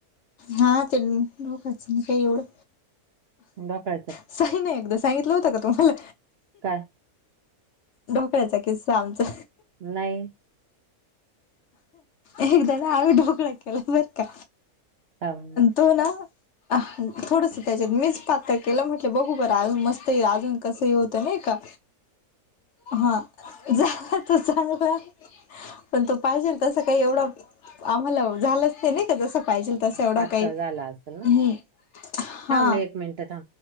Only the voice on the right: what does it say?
ढोकळ्याच
काय
नाही
थांब
पातळ
झाला असेल ना
थांब एक मिनिट थांब